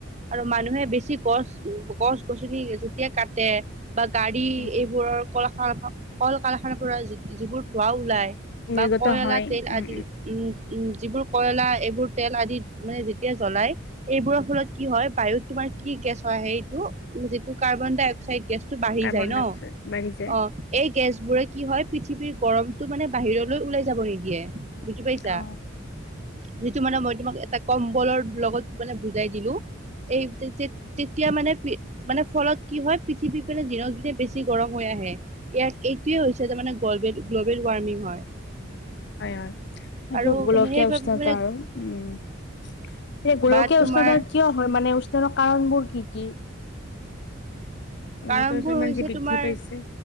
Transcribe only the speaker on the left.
উম উম
নিৰ্গত
হয়
উম
কাৰ্বন
ডাই অক্সাইড বাঢ়ি যায়
অ
হয়, হয়, সেইটো
গোলকীয়া
উষ্ণতা
আৰু উম। <unintelligible> গোলকীয়া
উষ্ণতাৰ কিয় হয় মানে উষ্ণতাৰ কাৰণবোৰ কি কি?
গোলকীয় উষ্ণতা ইমান
যে বৃদ্ধি
পাইছে।